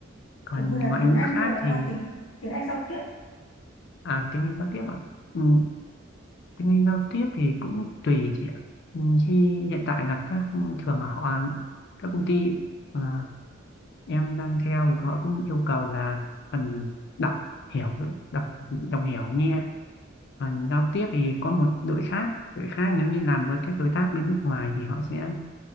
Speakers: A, on the left; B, on the left.
A: còn
B: Kiểu như là
A: ngoại
B: tiếng
A: ngữ
B: Anh
A: khác
B: nhưng mà nó
A: thì
B: là tiếng tiếng Anh giao tiếp.
A: à tiếng Anh giao tiếp ạ ừ, tiếng Anh giao tiếp thì cũng tùy chị ạ ừ, khi hiện tại là các thường là họ các công ty à, em đang theo thì họ cũng yêu cầu là phần đọc hiểu đọc đọc hiểu nghe phần giao tiếp thì có một đội khác đội khác nếu như làm với các đối tác bên nước ngoài thì họ sẽ